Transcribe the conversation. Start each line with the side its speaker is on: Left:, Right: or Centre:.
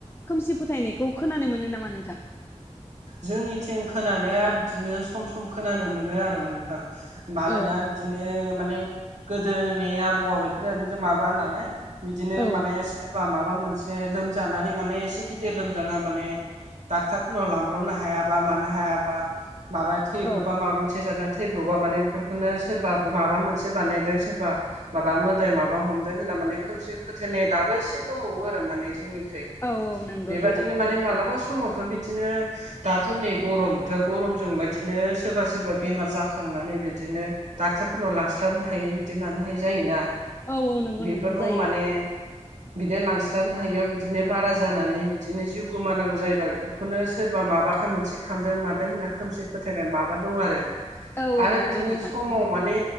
Left: खोमसि फोथायनायखौ खोनानो मोनो नामा नोंथां?
Right: जोंनिथिं खोनानाया बिदिनो सम सम खोनानो मोनो आरो नोंथां। मानोना
Left: औ
Right: बिदिनो माने गोदोनि आबौ आबैफोर माबा नालाय बिदिनो
Left: औ
Right: माने सोर बा माबा मोनसे लोमजानानै माने एसे गिदिर लोमजाना माने डक्टार फोरनाव लांब्रबनो हायाबा मानो हायाबा माबाया थैब्रबा
Left: औ
Right: माबा मोनसे जादों थैब्रबा माने बेफोरखौनो सोरबा माबा मोनसे बानायदों सोरबा माबा मोदाय माबा हमदों होनना माने खोमसि फोथायनाय दाबो एसे दंबावो आरो माने जोंनिखै
Left: औ औ नंगौ
Right: बेबादिनो
Left: नोंथां
Right: माने मालाबा समावथ' बिदिनो दाथ' नै गरम बोथोर गरमजों बादिनो सोरबा सोरबा बेमार जाखांनानै बिदिनो डाक्टारफोरनाव लांस्लाबनो हायि बिदि मानो हायि जायोना
Left: औ औ नंगौ
Right: बेफोरफोरबो
Left: नोंथां जायो
Right: माने बिदिनो लांस्लाबनो हायियाव बिदिनो बारा जानानै बिदिनो जिउ गोमानांगौ जायोबा बेफोरखौनो सोरबा माबा मोनसे खामदों मादों होनना खोमसि फोथायनाय माबा दं आरो।
Left: औ
Right: आरो
Left: नंगौ
Right: बिदिनो
Left: नोंथां
Right: समाव माने